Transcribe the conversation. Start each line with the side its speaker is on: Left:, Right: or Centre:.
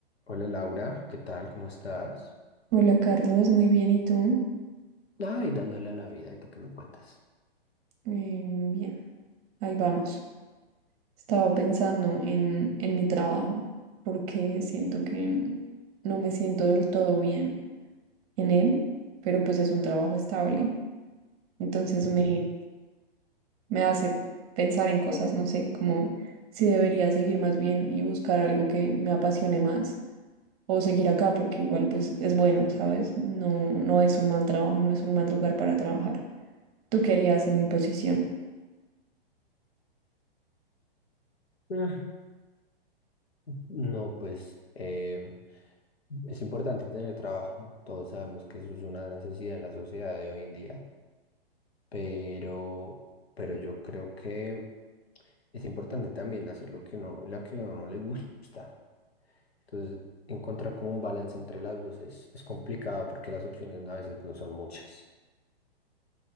Left: Hola Laura, ¿qué tal? ¿Cómo estás?
Right: Hola Carlos, muy bien, ¿y tú?
Left: Ay, dándole a la vida, ¿y tú qué me cuentas?
Right: Eh, bien, ahí vamos. Estaba pensando en, en mi trabajo porque siento que no me siento del todo bien en él, pero pues es un trabajo estable. Entonces
Left: Ujú.
Right: me, me hace pensar en cosas, no sé, como si debería seguir más bien y buscar algo que me apasione más o seguir acá porque igual pues es bueno, ¿sabes? No, no es un mal trabajo, no es un mal lugar para trabajar. ¿Tú qué harías en mi posición?
Left: Ah. No, pues eh, es importante tener trabajo. Todos sabemos que eso es una necesidad en la sociedad de hoy en día, pero, pero yo creo que es importante también hacer lo que no, la que a uno le gusta. Entonces, encontrar como un balance entre las dos es, es complicado porque las opciones a veces no son muchas.